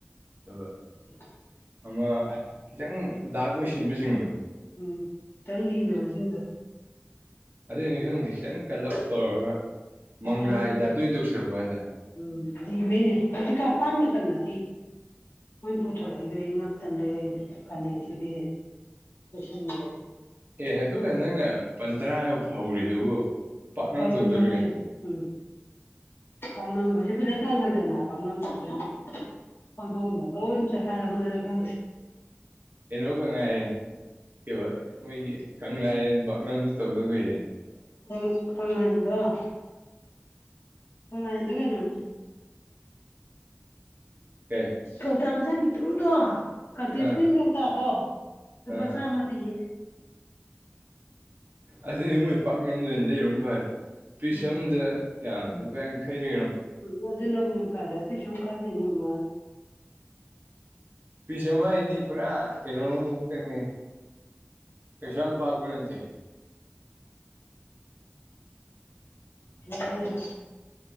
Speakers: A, on the right; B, on the left.
A: ꯑꯗꯨꯒ
B: ꯎ
A: ꯑꯃ ꯈꯤꯇꯪ ꯗꯥꯛ ꯑꯣꯏꯁꯤꯟꯕꯁꯤꯡꯗꯣ
B: ꯎꯝ ꯈꯤꯇꯪ ꯂꯤꯔꯕꯔꯕ ꯨꯝꯗ
A: ꯑꯗꯨꯏꯅꯤꯁꯪꯗꯦ ꯈꯤꯇꯪ ꯀꯜꯂꯞ ꯇꯧꯔꯒ ꯃꯪꯒ꯭ꯔꯥꯒꯤ
B: ꯑꯣꯈꯥꯏꯅꯈ
A: ꯇꯥꯏꯞꯇ ꯇꯧꯁꯤꯜꯂꯛꯄ ꯍꯥꯏꯇꯥꯔꯦ
B: ꯎꯝ ꯗꯕꯅꯦ ꯍꯧꯖꯤꯛ ꯀꯥꯞ ꯄꯥꯝꯃꯦ ꯃꯇꯝꯅ ꯃꯣꯏ ꯄꯨꯊꯣꯔꯛꯏꯗꯣ ꯑꯩ ꯉꯇꯅ ꯂꯩꯔꯛꯏ ꯀꯥꯟꯅꯩꯁꯤꯗꯤ ꯁꯦꯡ
A: ꯑꯦ ꯑꯗꯨꯒ ꯅꯪꯅ ꯄꯟ ꯇꯔꯥꯒ ꯐꯧꯔꯤꯗꯨꯕꯨ ꯄꯥꯛꯅꯝ
B: ꯐ
A: ꯇꯧꯗꯣꯔꯤ
B: ꯅꯝ ꯅꯝꯗꯦ
A: ꯀꯩꯅꯣ
B: ꯎꯝ ꯄꯥꯛꯅꯝ ꯑꯁꯤ ꯐꯖꯅ ꯀꯪꯍꯜꯂꯦꯅ ꯄꯥꯛꯅꯝꯁꯤꯁꯨ ꯍꯗ ꯑꯣꯅꯗ ꯑꯣꯟ ꯆꯈꯥꯔ ꯃ ꯀ
A: ꯀꯩꯅꯣꯈꯛ ꯉꯥꯏꯔꯦ ꯀ ꯃꯣꯏꯒꯤ ꯀꯪꯂꯥꯌꯦꯟ ꯄꯥꯛꯅꯁꯨ ꯇꯧꯗꯕꯏꯅꯦ
B: ꯊ ꯊꯪꯉ ꯣ ꯐꯉ ꯑꯗꯨ ꯀꯩꯅꯣꯅꯦ ꯎ
A: ꯀꯩ
B: ꯊꯧꯇ ꯃꯆꯥ ꯄꯤꯛꯇ꯭ꯔꯨꯗꯣ ꯀꯇꯦꯁꯃꯤꯟ
A: ꯑꯥ
B: ꯀꯧꯇꯥꯗꯣ ꯂꯨꯄꯥ
A: ꯑꯥ
B: ꯆꯥꯝꯃ ꯄꯤꯌꯦ
A: ꯑꯗꯨꯗꯤ ꯃꯣꯏ ꯄꯥꯛꯂꯝꯗꯣꯏꯅꯤ ꯂꯩꯔ ꯐꯩ ꯄꯤꯁ
B: ꯎꯝ
A: ꯑ ꯑꯃꯗ ꯀꯔꯤ
B: ꯎꯝ ꯑꯗꯨꯅꯕꯨ ꯌꯥꯝ ꯐꯔꯦ ꯑꯗꯨꯁꯨꯨꯝ ꯈꯜꯂꯤ ꯅꯃ
A: ꯐꯤꯁꯃ ꯍꯥꯏꯗꯤ ꯄꯨꯔꯥ ꯀꯩꯅꯣ ꯇꯅꯤ ꯀꯩꯁꯥ ꯌꯥꯝ ꯄꯥꯛꯄ ꯅꯠꯇꯦ
B: ꯎꯝ